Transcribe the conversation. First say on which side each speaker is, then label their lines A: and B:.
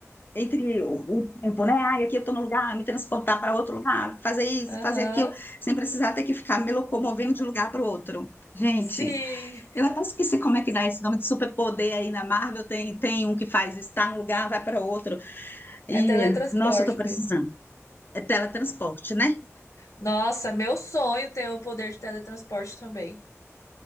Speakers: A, on the left; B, on the left.
A: entre o, o tempo, né? Ai, aqui eu estou no lugar, me transportar para outro lugar, fazer isso,
B: Aham,
A: fazer aquilo, sem precisar ter que ficar me locomovendo de um lugar para o outro. Gente,
B: sim,
A: eu até esqueci como é que dá esse nome de superpoder aí na Marvel. Tem, tem um que faz isso, tá num lugar, vai para outro. E,
B: é teletransporte
A: nossa, eu tô precisando.
B: mesmo.
A: É teletransporte, né?
B: Nossa, meu sonho ter o poder de teletransporte também,